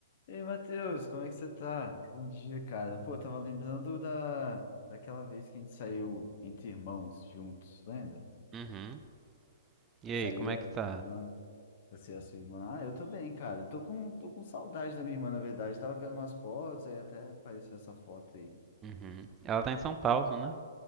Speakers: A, on the left (about 45°); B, on the right (about 20°).
A: Ei, Matheus, como é que você tá? Bom dia, cara. Pô, eu tava lembrando da... daquela vez que a gente saiu entre irmãos juntos, lembra?
B: Uhum. E
A: Que
B: aí,
A: saiu
B: como é
A: eu,
B: que
A: a
B: tá?
A: minha irmã, você e a sua irmã. Ah, eu tô bem, cara. Eu Tô com... tô com saudade da minha irmã, na verdade. Tava vendo umas fotos, aí até apareceu essa foto aí.
B: Uhum. Ela tá em São Paulo, né?